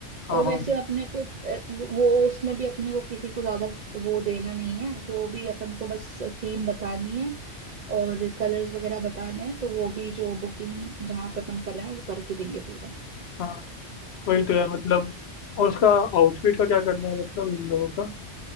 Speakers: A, on the left; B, on the right.
A: हाँ
B: और
A: हाँ
B: वैसे अपने को अ, वो उसमें भी अपने को किसी को ज्यादा वो देना नहीं है वो भी अपन को बस थीम बतानी है और कलर्स वगैरह बताने हैं तो वो भी जो बुकिंग जहाँ पे अपन कर रहे हैं वो करके देंगे पूरा
A: हाँ। वही तो यार मतलब और उसका आउटफिट का क्या करना है मतलब इन लोगों का